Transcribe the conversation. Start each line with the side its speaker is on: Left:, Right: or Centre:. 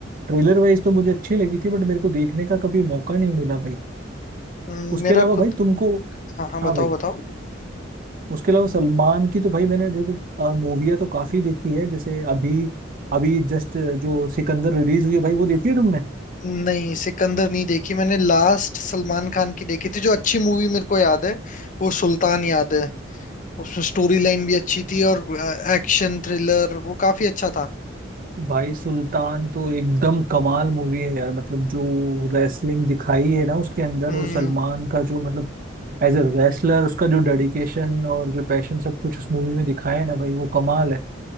Right: trailer wise तो मुझे अच्छी लगी थी बट मेरे को देखने का कभी मौका नहीं मिला भाई
Left: हम्म,
Right: उसके
Left: मेरा
Right: अलावा
Left: खुद
Right: भाई तुमको
Left: हाँ हाँ बताओ
Right: हाँ भाई
Left: बताओ
Right: उसके अलावा सलमान की तो भाई मैंने देखो मूवियाँ तो काफी देखी है जैसे अभी अभी जस्ट जो सिकंदर रिलीज हुई है भाई वो देखी है तुमने
Left: नहीं सिकंदर नहीं देखी मैंने लास्ट सलमान खान की देखी थी जो अच्छी मूवी मेरे को याद है वो सुल्तान याद है उसमें स्टोरी लाइन भी अच्छी थी और एक्शन थ्रिलर वो काफी अच्छा था
Right: भाई सुल्तान तो एकदम कमाल मूवी है यार मतलब जो रेसलिंग दिखाई है ना उसके अंदर
Left: हम्म
Right: और सलमान का जो मतलब एज ए रेसलर उसका जो डेडिकेशन और जो पैशन सब कुछ उस मूवी में दिखाया है ना भाई वो कमाल है